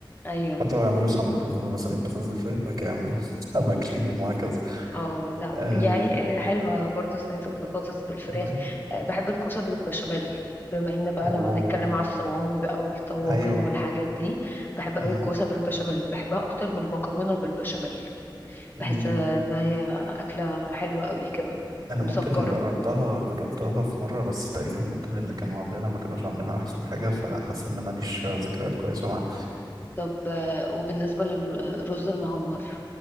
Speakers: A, on the left; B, on the right.
A: أيوه
B: حتى لو يعملوا سمك بيعملوا مثلا بطاطس بالفراخ بعد كده يعملوا <laughs> سمك ليهم وهكذا
A: اه لا
B: آه...
A: يعني آه، حلوة برضه صينية البطاطس بالفراخ
B: والله.
A: آه، بحب الكوسة بالبشاميل بما ان بقى
B: اوه
A: لو هنتكلم على الصواني بقى والطواجن
B: ايوه
A: والحاجات دي بحب
B: مم.
A: قوي الكوسة بالبشاميل بحبها اكتر من المكرونة بالبشاميل
B: مم.
A: بحس ان هي اكلة حلوة قوي كده
B: انا
A: ومسكرة
B: ممكن جربتها جربتها في مره بس تقريبا ممكن اللي كانوا عاملينها ما كانوش عاملينها احسن حاجه فحاسس ان ماليش ذكريات كويسه معاها
A: طب آه، وبالنسبة للرز المعمر